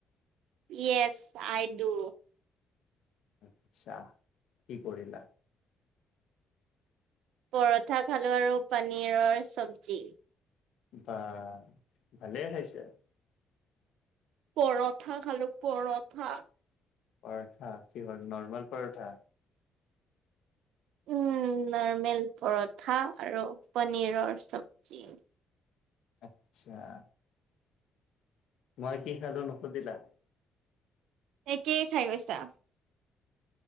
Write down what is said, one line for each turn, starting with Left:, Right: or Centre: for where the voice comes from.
Right: Yes I do.
Left: আচ্ছা, কি কৰিলা?
Right: পৰঠা খালো আৰু পানীৰৰ চৱজি।
Left: বা ভালেই খাইছে।
Right: পৰঠা খালো পৰঠা।
Left: পৰঠা কি হয়' নৰ্মেল পৰঠা?
Right: উম', নাৰৰ্মেল পৰঠা আৰু পনীৰৰ চবজি।
Left: আচ্ছা',। মই কি খালো নুসুধিলা?
Right: একেই কি খাই গৈছা?